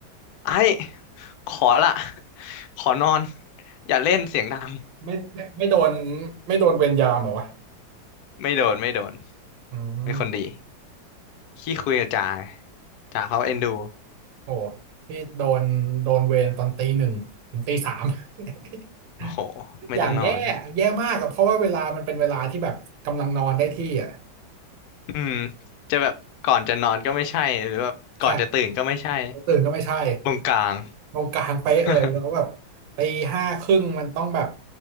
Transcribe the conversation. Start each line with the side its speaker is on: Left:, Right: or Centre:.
Left: ไอ้ขอละขอนอนอย่าเล่นเสียงดัง
Right: ไม่ไม่ไม่โดนไม่โดนเวรยามเหรอวะ
Left: <laughs> ไม่โดนไม่โดน
Right: อืม
Left: เป็นคนดี ขี้คุยกับจ่าจ่าเขาเอ็นดู
Right: โอ้พี่โดนโดนเวรตอนตีหนึ่งถึงตีสาม <laughs>
Left: โอ้โหไม่ต้องนอน
Right: อย่างแย่แย่มากอะเพราะว่าเวลามันเป็นเวลาที่แบบกำลังนอนได้ที่อ่ะ
Left: อืมจะแบบก่อนจะนอนก็ไม่ใช่หรือแบบก่อนจะตื่นก็ไม่ใช่
Right: ใช่ตื่นก็ไม่ใช่
Left: ตรงกลาง
Right: ตรงกลางเป๊ะเลยแล้วแบบ
Left: <laughs>
Right: ตีห้าครึ่งมันต้องแบบ